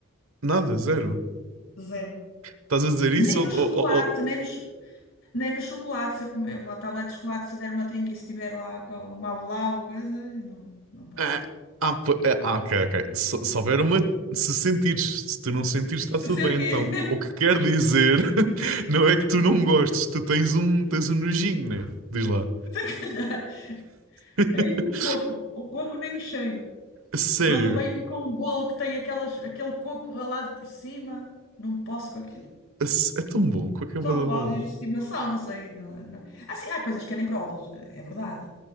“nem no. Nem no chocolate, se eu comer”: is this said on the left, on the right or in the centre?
Left